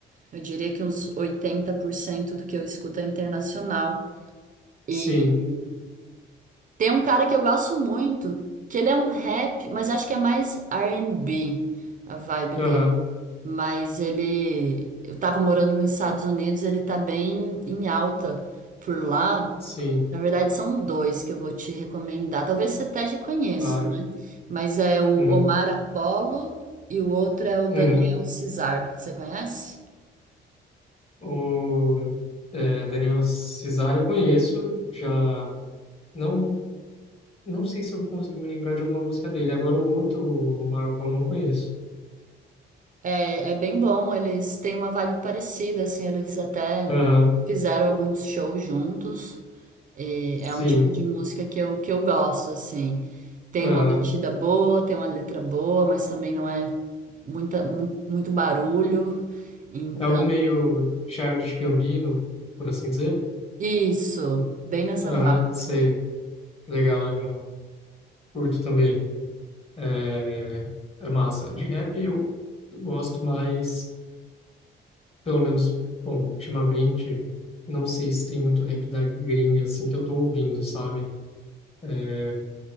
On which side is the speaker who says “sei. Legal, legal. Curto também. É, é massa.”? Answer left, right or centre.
Left